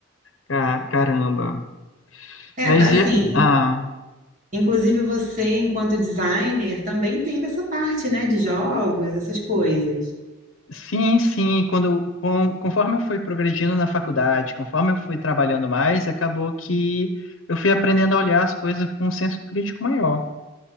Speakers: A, on the left (about 70°); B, on the right (about 40°).
A: Ca- Caramba.
B: É,
A: Mas
B: assim,
A: e, ah,
B: Inclusive você, enquanto designer, também tem dessa parte, né, de jogos, essas coisas.
A: sim, sim, quando, eu- com- conforme eu fui progredindo na faculdade, conforme eu fui trabalhando mais, acabou que eu fui aprendendo a olhar as coisas com um senso crítico maior.